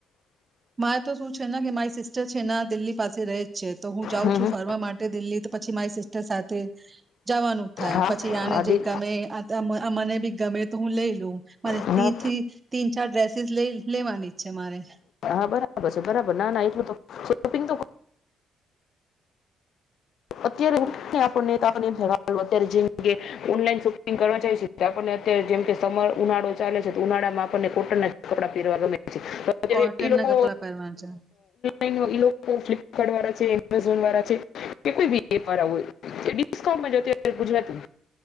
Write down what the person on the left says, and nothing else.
હમ
હમ
હા
હા
દી
હા
હા બરાબર છે બરાબર ના ના એટલું તો શોપિંગ તો અત્યારે અત <unintelligible> જેમકે ઓનલાઈન શોપિંગ કરવા જાય છે ત્યાં આપણને અત્યારે જેમકે સમર ઉનાળો ચાલે છે તો ઉનાળામાં આપણને કોટનના જ કપડા પહેરવા ગમે અત્યારે
એ લોકો
એ લોકો ફ્લિપકાર્ટ વાળા છે. એમેઝોન વાળા છે. <unintelligible> ગુજરાતી